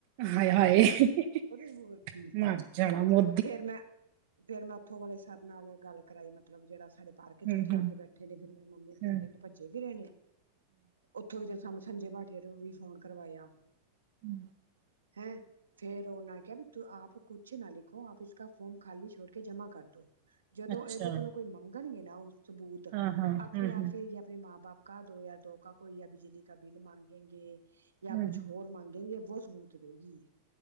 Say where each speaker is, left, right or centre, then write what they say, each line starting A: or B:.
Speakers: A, on the right; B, on the right.
A: ਹਾਏ-ਹਾਏ ਹੀ-ਹੀ-ਹੀ
B: ਹੋਰ ਕੀ
A: ਮਰ ਜਾਣਾ ਮੋ
B: ਫੇਰ ਮੈਂ, ਫੇਰ ਮੈਂ ਉੱਥੋਂ ਵਾਲੇ ਸਰ ਨਾਲ ਗੱਲ ਕਰਾਈ, ਮਤਲਬ ਜਿਹੜਾ ਸਾਡੇ ਪਾਰਕ ਚ
A: ਹੂੰ
B: ਉੱਥੇ
A: ਹੂੰ
B: ਆ ਕੇ ਬੈਠੇ ਨੇ, ਹੁਨ ਮੇਰੇ ਮੰਮੀ
A: ਹੂੰ
B: ਕਿੰਨੇ ਦਿਨ ਤੇ ਭੱਜੇ <unintelligible> ਨੇਂ। ਉੱਥੋਂ ਹੀ ਤੇ ਥੋਨੂੰ ਸੰਜੇ ਭਾਟੀਆ ਤੋਂ ਵੀ ਫੋਨ ਕਰਵਾਇਆ।
A: ਹਮ
B: ਹੈਂ! ਫੇਰ ਉਹਨਾਂ ਕਿਹਾ ਬਈ ਤੂ ਆਪ ਕੁਛ ਨਾ ਲਿਖ। ਖੋ, ਆਪ ਇਸਕਾ ਫੋਰਮ ਖਾਲੀ ਛੋੜ ਕੇ ਜਮਾ ਕਰਦੋ, ਜਦੋਂ
A: ਅੱਛਾ
B: ਇਹਦੇ ਕੋਲੋਂ ਕੋਈ ਮੰਗਨਗੇ ਨਾ ਉਂਜ ਸਬੂਤ,
A: ਹਾਂ ਹਾਂ
B: ਆਪਨੇ
A: ਹੂੰ
B: ਆਪ
A: ਹੂੰ
B: ਫਿਰ ਜੇ ਆਪਨੇ ਮਾਂ ਬਾਪ ਕਾ, ਦੋ ਹਜਾਰ ਦੋ ਕਾ ਕੋਈ ਯਾ ਬਿਜਲੀ ਕਾ ਬਿਲ ਮਾਂਗੇਂਗੇ, ਯਾਂ
A: ਹੂੰ
B: ਕੁਛ ਹੋਰ ਮੰਗੇਂਗੇ ਜੋ ਸਬੂਤ ਤੇ ਭੈਨ ਜੀ।